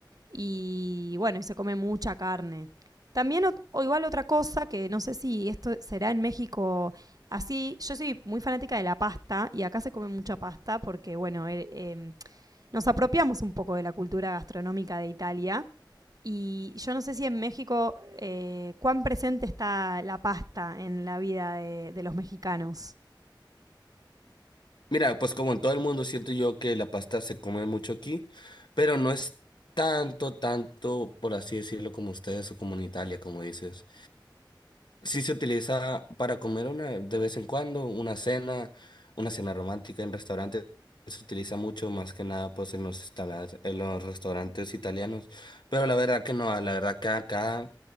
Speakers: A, on the right (about 50°); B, on the left (about 65°).
A: Y bueno, y se come mucha carne. También, ot- o igual otra cosa que no sé si esto será en México así. Yo soy muy fanática de la pasta y acá se come mucha pasta porque, bueno, eh, eh, nos apropiamos un poco de la cultura gastronómica de Italia. Y yo no sé si en México eh, cuán presente está la pasta en la vida de, de los mexicanos.
B: mira, pues como en todo el mundo siento yo que la pasta se come mucho aquí, pero no es tanto, tanto, por así decirlo, como ustedes o como en Italia, como dices. Sí se utiliza para comer una de vez en cuando, una cena, una cena romántica en restaurantes. Se utiliza mucho más que nada pues en los instalas- en los restaurantes italianos. Pero la verdad que no, la verdad que acá